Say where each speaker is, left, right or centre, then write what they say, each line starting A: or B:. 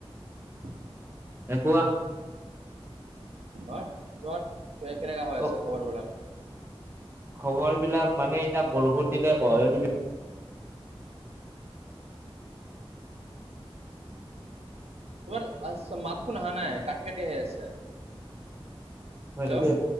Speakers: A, on the right; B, on the right.
A: অ',
B: এ, কোৱা।
A: অ', তোমাৰ কেনেকা হৈ
B: অ
A: আছে খবৰ বিলাক।
B: খবৰ বিলাক মানে এতিয়া বৰষুণ <unintelligible> দিলে ক হয় তুমি
A: তোমাৰ মাতখোন অহা নাই কাটি কাটি আহি আছে।
B: হয়
A: হেল্ল'
B: নেকি